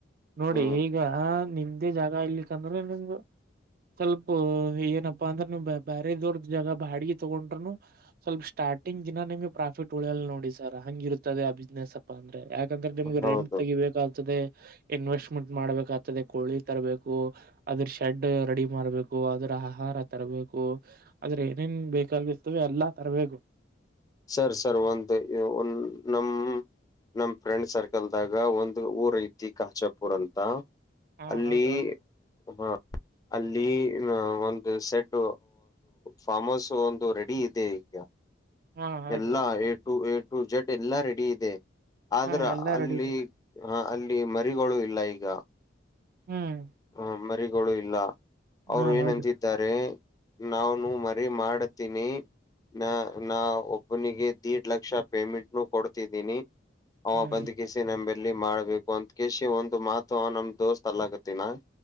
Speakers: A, on the right (about 50°); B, on the left (about 20°).
A: ನೋಡಿ
B: ಹ್ಮ್
A: ಈಗ ನಿಮ್ದೇ ಜಾಗ ಇಲಿಕ್ಕಂದ್ರೆ ನಿಮ್ದ ಸ್ವಲ್ಪ ಏನಪ್ಪಾ ಅಂದ್ರೆ ನೀ ಬೇರೆ ದೋರ್ದ ಜಾಗ ಬಾಡಿಗೆ ತಗೊಂಡ್ನು ಸ್ವಲ್ಪ ಸ್ಟ ಸ್ಟಾರ್ಟಿಂಗ್ ದಿನ ನಿಮ್ ಪ್ರಾಫಿಟ್ ಉಳಿಯಲ್ ನೋಡಿ ಸರ್ ಹಂಗಿ ಇರುತ್ತದೆ ಆ ಬಿಸ್ನೆಸ್ ಅಪ್ಪ ಅಂದ್ರೆ ಯಾಕಂದ್ರೆ ನಿಮ್ಗೆ
B: ಹೌದು
A: ರೆಂಟ್ ತೆಗಿಬೇಕಾಗ್ತದೆ ಇನ್ವೆಸ್್ಮೆಂಟ್ ಮಾಡ್ಬೇಕಾಗ್ತದೆ ಕೋಳಿ ತರಬೇಕು ಅದ್ರ ಶೆಡ್ ರೆಡಿ ಮಾಡ್ಬೇಕು ಅದ್ರ ಆಹಾರ ಾರ ತರಬೇಕು ಆದ್ರೆ ಏನೇನ್ ಬೇಕಾಗಿರ್ತವೆ ಎಲ್ಲಾ ತರಬೇಕು
B: ಸರ್ ಸರ್ ಒಂದು ಒ ನಮ ನಮ್ ಫ್ರೆಂಡ್ ಸರ್ಕಲ್ದಾಗ ಒಂದು್ ಊರ್ ಐತಿ ಕಾಚಾಪುರ್ ಅಂತ
A: ಹಾ
B: ಅಲ್ಲಿ
A: ಹೌದು ಹೌದು
B: ಹ್ಮ ಅಲ್ಲಿ ಒಂದು ಸೆಡ್ ಫಾರ್ಮ್ ಹೌಸ್ ಒಂದು ರೆಡಿ ಇದೆ ಈಗ
A: ಹಾ ಹೌದು
B: ಎಲ್ಲಾ ಏಟು ಏಟು ಜಡ್ ಎಲ್ಲಾ ರೆಡಿ ಇದೆ ಆದ್ರ
A: ಹಾ ಎಲ್ಲಾ
B: ಅಲ್ಲಿ
A: ರೆಡಿ ಇದೆ
B: ಹಾ ಅಲ್ಲಿ ಮರಿಗಳು ಇಲ್ಲ ಈಗ
A: ಹ್ಮ್
B: ಹ್ಮ ಮರಿಗಳು ಇಲ್ಲ ಅವ್ರು
A: ಹಾ
B: ಏನಂತಿದ್ದಾರೆ
A: ಹೌದು
B: ನಾವನು ಮರಿ ಮಾಡ್ತೀನಿ ನ ನಾ ಒಬ್ಬನಿಗೆ ದೀಡ್ ಲಕ್ಷ ಪೇಮೆಂಟ್ನು ಕೊಡ್ತಿದ್ದೀನಿ ಅವ
A: ಹ್ಮ್
B: ಬಂದ್ ಕಿಸಿ ನಂಬೆಲ್ಲಿ ಮಾಡ್ಬೇಕು ಒಂದ್ ಕಶಿ ಒಂದು ಮಾತು ಅವ ನಮ ದೋಸ್ತ್ ಅಲ್ಲ ಆಗತ್ತಿನ